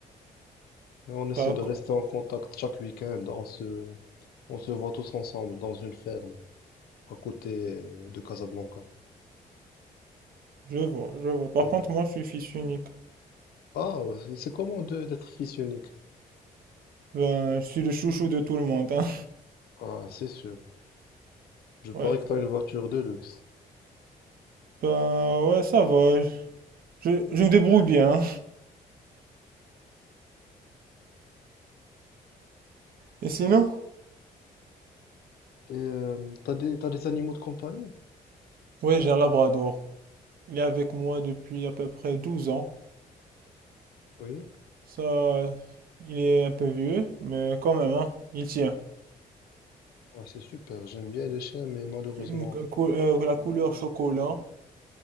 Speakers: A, on the left; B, on the right.
A: Et on essaie
B: D'accord.
A: de rester en contact chaque week-end. On se, on se voit tous ensemble dans une ferme à côté euh, de Casablanca.
B: Je vois, je vois. Par
A: Oui.
B: contre, moi, je suis fils unique.
A: Ah, c'est comment de- d'être fils unique?
B: Ben, je suis le chouchou de tout le monde, hein.
A: Ah, c'est sûr. Je parie
B: Ouais.
A: que t'as une voiture de luxe.
B: Ben, ouais, ça va. Je, je me débrouille bien. hein. Et sinon?
A: Et euh, t'as des, t'as des animaux de compagnie?
B: Ouais, j'ai un labrador. Il est avec moi depuis à peu près 12 ans.
A: Oui.
B: Ça, euh, il est un peu vieux, mais quand même, hein, il tient.
A: Ouais, c'est super. J'aime bien les chiens, mais malheureusement,
B: Une cou- euh, la couleur chocolat,